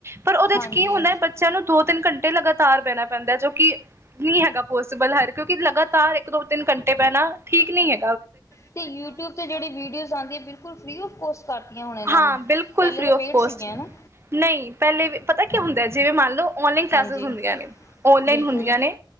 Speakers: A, on the right (about 30°); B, on the left (about 40°).
A: ਪਰ ਉਹਦੇ
B: ਹਾਂਜੀ
A: ਚ ਕੀ ਹੁੰਦਾ ਏ, ਬੱਚਿਆਂ ਨੂੰ ਦੋ ਤਿੰਨ ਘੰਟੇ ਲਗਾਤਾਰ ਬਹਿਣਾ- ਬੰਦਾ ਜੋ ਕਿ ਨੀ ਹੈਗਾ ਪੋਸੀਬਲ ਹਰ ਕਿਉਂਕਿ ਲਗਾਤਾਰ- ਤਾਰ ਇੱਕ ਦੋ ਤਿੰਨ ਘੰਟੇ ਬੈਠਣਾਠੀਕ ਨੀ ਐ।
B: ਅਤੇ ਯੂਟਿਊਬ 'ਤੇ ਜਿਹੜੀ ਵੀਡੀਓਜ਼ ਆਂਦੀ ਬਿਲਕੁਲ ਫ੍ਰੀ ਆਫ ਕੋਸਟ- ਕਰਤੀਆਂ ਹੁਣ ਇਹਨਾਂ
A: ਹਾਂ
B: ਨੇ।
A: ਬਿਲਕੁਲ
B: ਪਹਿਲੇ
A: ਫ੍ਰੀ
B: ਤਾਂ
A: ਫ
B: ਪੇਡ
A: ਕੋਸਟ।
B: ਸੀਗੀਆਂ ਨਾ
A: ਨਹੀਂ ਪਹਿਲੇ- ਪਤਾ ਕਿ ਹੁੰਦਾ ਐ ਜਿਵੇਂ ਮੰਨ ਲਓ ਔਨਲਾਈਨ
B: ਹਾਂਜੀ
A: ਕਲਾਸਿਸ ਹੁੰਦੀਆਂ ਨੇ ਔਨਲਾਈਨ
B: ਬਿਲਕੁਲ
A: ਹੁੰਦੀਆਂ ਨੇ,